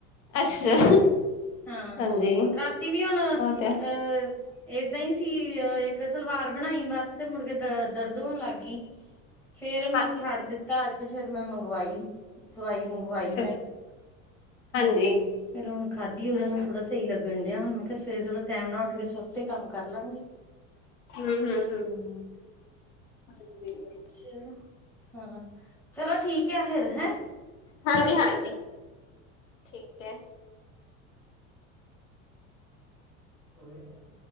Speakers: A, on the left; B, in the centre.
A: ਅੱਛਾ।
B: ਹਾਂ,
A: ਹਾਂਜੀ
B: ਰਾਤੀ ਵੀ ਹੁਣ ਅਹ
A: ਉਹ ਤੇ
B: ਏਦਾਂ ਈ ਸੀ, ਅਹ ਇੱਕ ਸਲਵਾਰ ਬਣਾਈ ਬਸ, ਤੇ ਮੁੜਕੇ ਦ ਦਰਦ ਹੋਣ ਲੱਗ ਗਈ। ਫੇਰ ਮੈਂ
A: ਹਾਂਜੀ
B: ਛੱਡ ਦਿੱਤਾ ਅੱਜ, ਫੇਰ ਮੈਂ ਮੰਗਵਾਈ, ਦਵਾਈ ਮੰਗ ਵਾਈ
A: ਅੱਛਾ ਅੱਛਾ
B: ਮੈਂ,
A: ਹਾਂਜੀ
B: ਹੂੰ ਫੇਰ ਹੁਣ ਖਾਧੀ, ਉਹਦੇ
A: ਅੱਛਾ
B: ਨਾਲ ਥੋੜਾ ਸਹੀ ਲੱਗਣ ਡਿਆ ਹੁਣ, ਮੈਂ ਕਿਹਾ ਸਵੇਰੇ ਥੋੜਾ ਟਾਈਮ ਨਾ ਉੱਠ ਕੇ, ਸੁਵਖਤੇ ਕੰਮ ਕਰ ਲਾਂਗੀ।
A: ਹੂੰ-ਹੂੰ-ਹੂੰ
B: ਹੂੰ
A: ਹਾਂਜੀ।
B: ਚਲੋ ਹਾਂ, ਚਲੋ ਠੀਕ ਆ ਫਿਰ, ਹੈਂ?
A: ਹਾਂਜੀ-ਹਾਂਜੀ, ਠੀਕ ਹੈ।
B: ਹੋ ਗਿਆ ਟਾਈਮ?